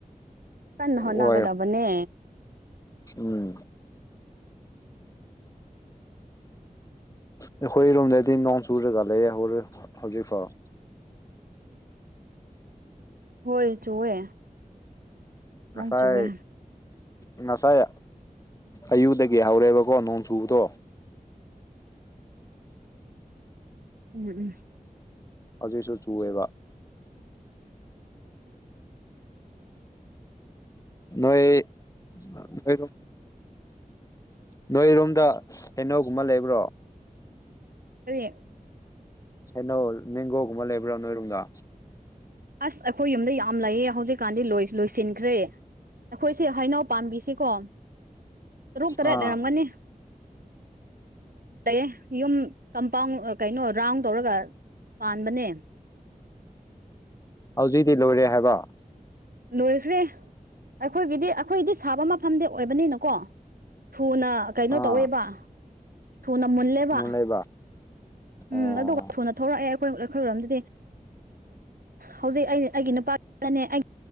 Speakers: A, on the right; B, on the left.
A: ꯀꯟꯅ ꯍꯣꯠꯅꯒꯗꯕꯅꯦ꯫
B: ꯍꯣꯏ ꯎꯝ ꯑꯩꯈꯣꯏꯔꯣꯝꯗꯗꯤ ꯅꯣꯡ ꯆꯨꯨꯔꯒ ꯂꯩꯦ ꯍꯧ ꯍꯧꯖꯤꯛ ꯐꯥꯎ
A: ꯍꯣꯏ ꯆꯨꯋꯦ
B: ꯉꯁꯥꯏ
A: ꯅꯣꯡ ꯆꯨꯋꯦ
B: ꯑ ꯉꯁꯥꯏ ꯑꯌꯨꯗꯒꯤ ꯍꯧꯔꯦꯕꯀꯣ ꯅꯣꯡ ꯆꯨꯕꯗꯣ
A: ꯎꯝ ꯎꯝ
B: ꯍꯧꯖꯤꯛꯁꯨ ꯆꯨꯑꯦꯕ꯫ ꯅꯣꯏ <unintelligible> ꯅꯣꯏꯔꯣꯝꯗ ꯍꯩꯅꯧꯒꯨꯝꯕ ꯂꯦꯕ꯭ꯔꯣ꯫
A: ꯀꯔꯤ
B: ꯍꯩꯅꯧ ꯃꯦꯡꯒꯣꯒꯨꯝꯕ ꯂꯩꯕ꯭ꯔꯣ ꯅꯣꯏꯔꯣꯝꯗ꯫
A: ꯑꯁ ꯑꯩꯈꯣꯏ ꯌꯨꯝꯗ ꯌꯥꯝ ꯂꯩꯌꯦ ꯍꯧꯖꯤꯛꯀꯥꯟꯗꯤ ꯂꯣꯏ ꯂꯣꯏꯁꯤꯟꯈ꯭ꯔꯦ꯫ ꯑꯩꯈꯣꯏꯁꯦ ꯍꯩꯅꯧ ꯄꯥꯝꯕꯤꯁꯤꯀꯣ ꯇꯔꯨꯛ ꯇꯔꯦꯠ
B: ꯑꯥ
A: ꯂꯩꯔꯝꯒꯅꯤ꯫ ꯂꯩ ꯌꯨꯝ ꯀꯝꯄꯥꯎꯟ ꯀꯩꯅꯣ ꯔꯥꯎꯟ ꯇꯧꯔꯒ ꯄꯥꯟꯕꯅꯦ
B: ꯍꯧꯖꯤꯛꯇꯤ ꯂꯣꯏꯔꯦ ꯍꯥꯏꯕ꯫
A: ꯂꯣꯏꯈ꯭ꯔꯦ ꯑꯩꯈꯣꯏꯒꯤꯗꯤ ꯑꯩꯈꯣꯏꯗꯤ ꯁꯥꯕ ꯃꯐꯝꯗꯤ ꯑꯣꯏꯕꯅꯤꯅꯀꯣ ꯊꯨꯅ ꯀꯩꯅꯣ
B: ꯑꯥ
A: ꯇꯧꯋꯦꯕ ꯊꯨꯅ ꯃꯨꯜꯂꯦꯕ꯫
B: ꯃꯨꯟ ꯂꯩꯕ ꯑꯣ
A: ꯎꯝ ꯑꯗꯨꯒ ꯁꯨꯅ ꯊꯣꯛꯂꯛꯑꯦ ꯑꯩꯈꯣꯏ ꯑꯩꯈꯣꯏꯔꯝꯗꯨꯗꯤ ꯍꯧꯖꯤꯛ ꯑꯩ ꯑꯩꯒꯤ ꯅꯨꯄꯥꯅꯅꯦ ꯑꯩ